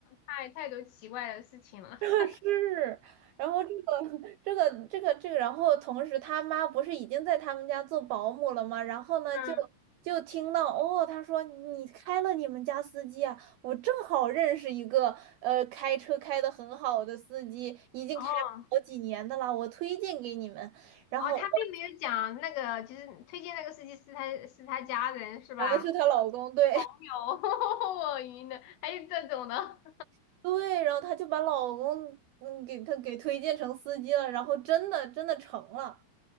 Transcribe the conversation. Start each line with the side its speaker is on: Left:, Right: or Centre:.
Left: 太太多奇怪的事情了。
Right: <laughs>
Left: <laughs>
Right: 是，然后这个这个这个这个，然后同时他妈不是已经在他们家做保姆了吗？然后呢，
Left: 嗯，
Right: 就就听到哦，他说你开了你们家司机啊，我正好认识一个呃开车开的很好的司机，已经开了好几年的啦，
Left: 哦
Right: 我推荐给你们。然后哇，
Left: 哦，他并没有讲那个，就是推荐那个司机是他是他家人是吧？
Right: 原来是她老公，对
Left: 朋友，<laughs> 我晕了，还有这种的。
Right: <laughs> 对，然后她就把老公嗯给她给推荐成司机了，然后真的真的成了，